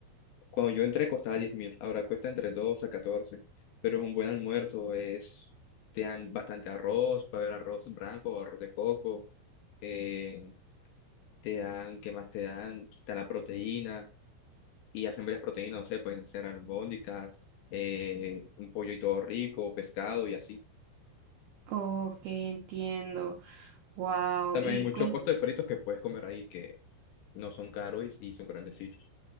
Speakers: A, on the left; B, on the right.
A: Cuando yo entré costaba diez mil, ahora cuesta entre doce a catorce pero es un buen almuerzo, es, te dan bastante arroz, puede haber arroz blanco, arroz de coco, eh, te dan, ¿qué más te dan? Está la proteína y hacen varias proteínas, no sé, pueden ser albóndigas, eh, un pollo y todo rico, pescado y así.
B: Ok, entiendo. Wow.
A: También
B: Y
A: hay muchos
B: cuen-
A: puestos de fritos que puedes comer ahí que no son caros y, y son grandecitos.